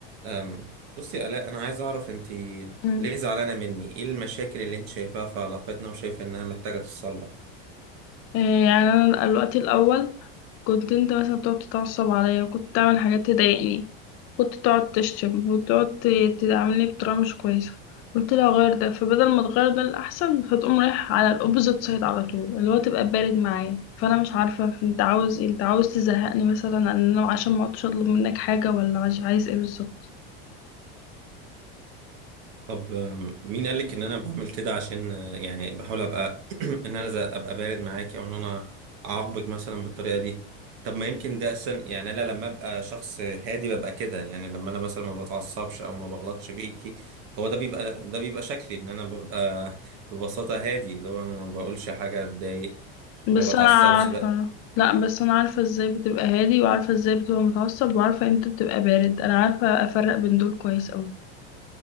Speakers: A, on the right (about 60°); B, on the left (about 45°).
A: أم بصي يا آلاء أنا عايز أعرف أنت
B: مم.
A: ليه زعلانة مني؟ إيه المشاكل اللي أنت شايفاها في علاقتنا وشايفة إنها محتاجة تتصلح؟
B: إيه يعني انا الوقت الاول كنت انت مثلا بتقعد تتعصب عليا وكنت تعمل حاجات تضايقني كنت تقعد تشتم وتقعد ت- تعاملني بطريقه مش كويسه قلت لها غير ده فبدل ما تغير ده الاحسن فتقوم رايح على الاوبوزيت سايد على طول اللي هو تبقى بارد معايا فانا مش عارفه انت عاوز إيه؟ انت عاوز تزهقني مثلا ان انا عشان ما اقعدش اطلب منك حاجه ولا عايز عايز ايه بالظبط
A: طب أم، مين قالك إن أنا بعمل كده عشان أه، يعني بحاول أبقى <clears throat> إن أنا زي- أبقى بارد معاكي أو إن أنا أعاقبك مثلا بالطريقة دي؟ طب ما يمكن ده أصلا يعني أنا لما أبقى شخص هادي ببقى كده يعني لما أنا مثلا ما بتعصبش أو ما بغلطش فيكي هو ده بيبقى ده بيبقى شكلي إن أنا ببقى <laughs> ببساطة هادي اللي هو أنا ما بقولش حاجة تضايق ما
B: بس
A: بتعصبش
B: انا عارفة لا بس انا عارفة ازاي بتبقى هادي وعارفة ازاي بتبقى متعصب وعارفة امتى بتبقى بارد انا عارفة افرق بين دول كويس اوي